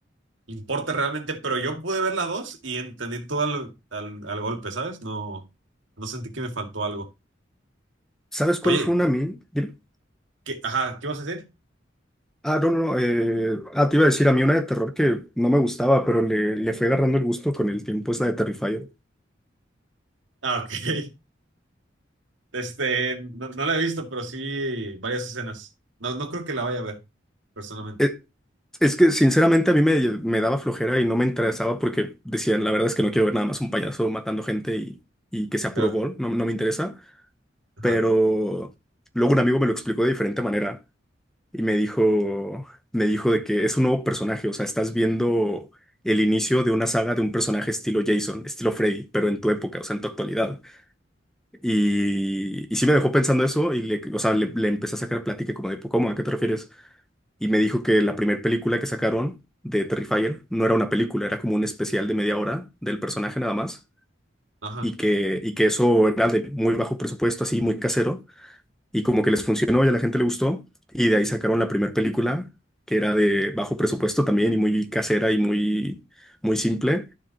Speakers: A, on the right (about 80°); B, in the centre.
A: importa realmente, pero yo pude ver la 2 y entendí todo al, al al golpe, ¿sabes? No, no sentí que me faltó algo.
B: ¿Sabes cuál
A: Oye,
B: fue una a mí? Dime.
A: ¿qué, ajá, ¿qué vas a decir?
B: Ah, no, no, no. eh, ah, te iba a decir, a mí una de terror que no me gustaba, pero le, le fue agarrando el gusto con el tiempo, es la de Terrifier.
A: Ah, ok. <laughs> Este, no, no la he visto, pero sí varias escenas. No, no creo que la vaya a ver, personalmente.
B: Eh, es que, sinceramente, a mí me, me daba flojera y no me interesaba porque decían, la verdad es que no quiero ver nada más un payaso matando gente y, y que sea
A: Claro.
B: puro gol, no, no me interesa.
A: Ajá.
B: Pero luego un amigo me lo explicó de diferente manera. y me dijo, me dijo de que es un nuevo personaje, o sea, estás viendo el inicio de una saga de un personaje estilo Jason, estilo Freddy, pero en tu época, o sea, en tu actualidad. Y, y sí me dejó pensando eso y le, o sea, le, le empecé a sacar plática como de, "Pues, ¿cómo? ¿A qué te refieres? Y me dijo que la primera película que sacaron de Terrifier no era una película, era como un especial de media hora del personaje nada más.
A: Ajá.
B: Y que, y que eso era de muy bajo presupuesto, así muy casero y como que les funcionó y a la gente le gustó. Y de ahí sacaron la primera película, que era de bajo presupuesto también y muy casera y muy, muy simple,